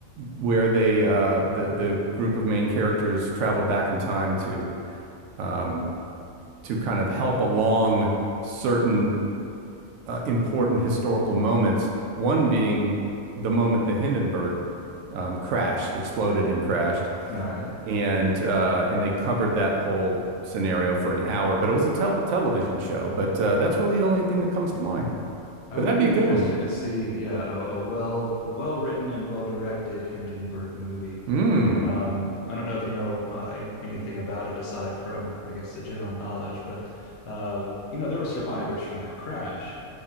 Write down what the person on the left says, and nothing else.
All right.
I
would
be
interested
to see, yeah, a, a well a well written and well directed Hindenburg movie.
Um, I don't know if you know uh, an- anything about it aside from, I guess, the general knowledge, but uh, you know, there were survivors from that crash,